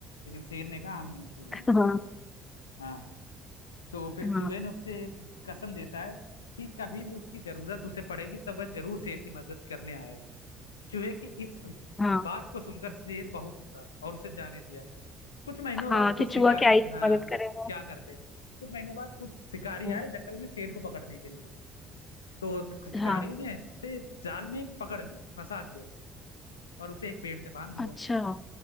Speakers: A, on the left; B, on the left.
A: लेकिन शेर ने कहा हम नहीं छोड़ेंगे
B: हाँ
A: तुमको हाँ तो फिर
B: हाँ
A: चूहे ने उससे एक कसम देता है कि कभी भी उसकी जरूरत उसे पड़ेगी तब वह जरूर शेर की मदद करने आएगा चूहे की इस
B: हाँ
A: बात को सुनकर शेर बहुत हंसा और उसे जाने दिया कुछ महीनों
B: हाँ
A: बाद
B: कि
A: कुछ
B: चूहा
A: शिकारी
B: क्या ही
A: हाँ
B: मदद करेगा
A: क्या कर लेगा कुछ महीनों बाद कुछ शिकारी
B: हम्म,
A: आए जंगल में शेर को पकड़ने के लिए तो शिकारियों
B: हाँ
A: ने उसे जाल में पकड़ लिया फंसा दिया और उसे एक पेड़ से बांध दिया
B: अच्छा